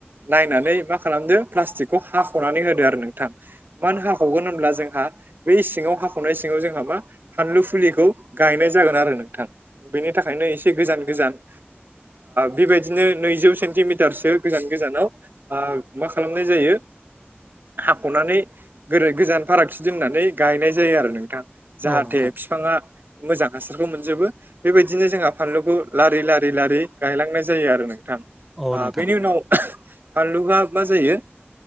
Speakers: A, on the right; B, in the centre.
A: नायनानै मा खालामदो प्लास्टिकखौ हाख'नानै होदो आरो नोंथां। मानो हाखावगोन होनब्ला जोंहा बेै सिङाव हाख'नाय सिङाव जोंहा मा? फानलु फुलिखौ गायनाय जागोन आरो नोंथां बेनि थाखायनो एसे गोजान गोजान बेबायदिनो नैजौ सेन्टिमिटारसो गोजान गोजानाव मा खालामनाय जायो। हाख'नानै गोदै गोजान फारागथि दोननानै गायनाय जायो आरो नोंथां। जाहाथे
B: औ नोंथां
A: बिफांङा मोजां हासारखौ मोनजोबो बेबायदिनो जोंहा फानलुखौ लारि लारि लारि गायलांनाय जायो आरो नोंथां। थां
B: औ नोंथां
A: बेनि उनाव फानलुआ मा जायो?